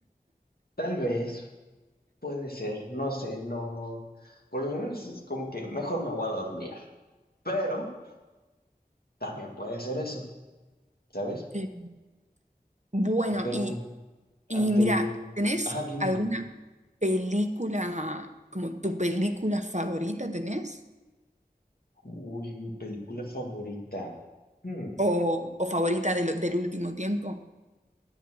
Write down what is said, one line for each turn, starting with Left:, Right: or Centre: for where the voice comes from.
Left: Tal vez, puede ser, no sé, no. Por lo general es como que mejor me voy a dormir, pero también puede ser eso, ¿sabes?
Right: Eh, bueno,
Left: Pero,
Right: y, y
Left: ah, te
Right: mira,
Left: digo,
Right: ¿tenés
Left: ajá, dime,
Right: alguna
Left: dime.
Right: película, como tu película favorita tenés?
Left: Uy, mi película favorita. Hmm,
Right: ¿O, o favorita de lo- del último tiempo?